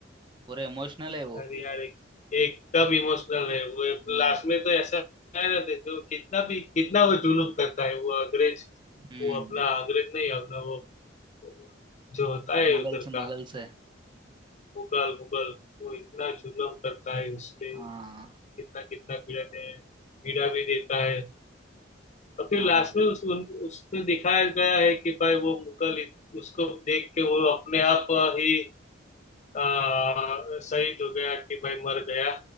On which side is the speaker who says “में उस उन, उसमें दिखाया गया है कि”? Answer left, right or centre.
Left